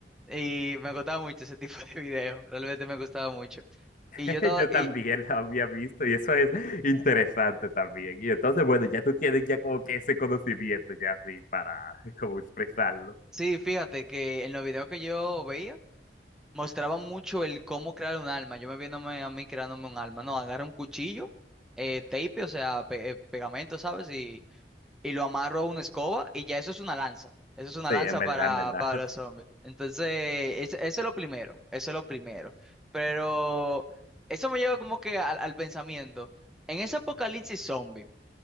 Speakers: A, in the centre; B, on the left (about 45°).
A: y me gustaba mucho ese <laughs> tipo de videos, realmente me gustaba mucho.
B: <laughs>
A: Y yo estaba,
B: Yo
A: y,
B: también la había visto y eso es interesante también. Y entonces, bueno, ya tú tienes ya como que ese conocimiento ya así para <laughs> como expresarlo.
A: sí, fíjate que en los videos que yo veía, mostraba mucho el cómo crear un alma. Yo me viéndome a mí creándome un alma. No, agarro un cuchillo, eh, tape, o sea, pe- eh, pegamento, ¿sabes? Y, y lo amarro a una escoba y ya eso es una lanza. Eso es una
B: Sí,
A: lanza
B: en verdad,
A: para,
B: en verdad.
A: para los zombies. Entonces, es- eso es lo primero. Eso es lo primero. Pero eso me lleva como que al, al pensamiento. En ese apocalipsis zombie,